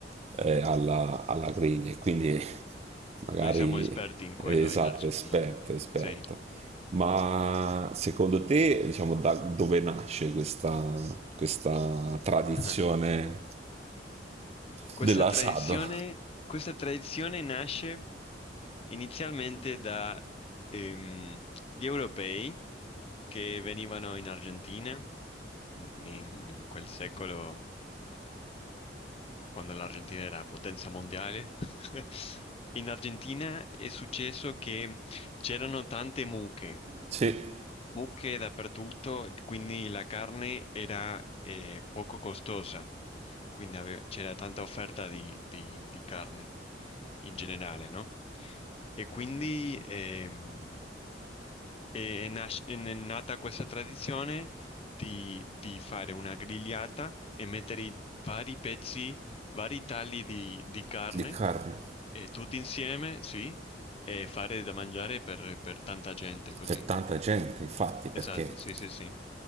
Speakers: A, on the right; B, on the left.
A: eh, alla, alla griglia. E Quindi magari,
B: noi siamo esperti in
A: esatto,
B: quello in Argentina.
A: esperto, esperto.
B: Sì.
A: Ma secondo te, diciamo, da dove nasce questa, questa tradizione
B: <laughs> Questa
A: dell'asado?
B: tradizione, questa tradizione nasce inizialmente da ehm, gli europei che venivano in Argentina in in quel secolo. quando l'Argentina era potenza mondiale. <laughs> In Argentina è successo che c'erano tante mucche,
A: Sì,
B: mucche dappertutto, quindi la carne era eh, poco costosa, quindi ave- c'era tanta offerta di, di- di carne in generale, no? E quindi ehm, e nasce- è nata questa tradizione di, di fare una grigliata e mettere i vari pezzi, vari tagli di, di carne,
A: di carne.
B: eh, tutti insieme, sì, e fare da mangiare per, per tanta gente così.
A: Per tanta gente, infatti, perché
B: Esatto, sì, sì, sì.